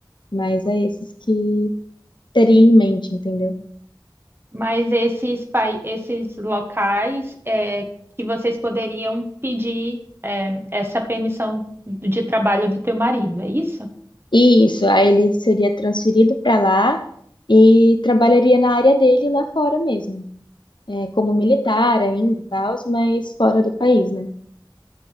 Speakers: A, on the left; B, on the right.
A: mas é esses que teria em mente, entendeu?
B: Mas esses, pai- esses locais é, que vocês poderiam pedir é, essa permissão de trabalho do teu marido, é isso?
A: E isso, aí ele seria transferido para lá e trabalharia na área dele lá fora mesmo, é, como militar ainda e tal, mas fora do país, né?